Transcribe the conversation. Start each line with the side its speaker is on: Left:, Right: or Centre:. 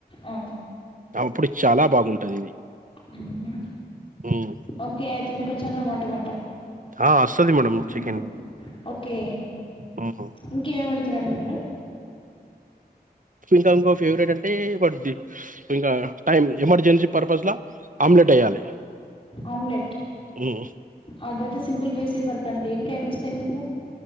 Left: ఆ!
Right: అప్పుడు చాలా బాగుంటంది ఇది
Left: హుహు.
Right: హ్మ్.
Left: ఓకే అయితే మీకు వచ్చన్నమాట వంట
Right: ఆ వస్తది madam
Left: hmm.
Right: Chicken
Left: okay
Right: hmm.
Left: ఇంకే వొండుతారండి మీరు
Right: ఇంకా ఇంకో ఫేవరెట్ అంటే వడ్డి ఇంకా టైం ఎమర్జెన్సీ పర్పస్లా ఆమ్ మ్లెట్ వేయాలి
Left: ఆమ్లెట్
Right: హ్మ్.
Left: అదైతే సింపుల్ బేసిక్ వర్త్ అండి ఇంకా ఏమొస్తాయి మీకు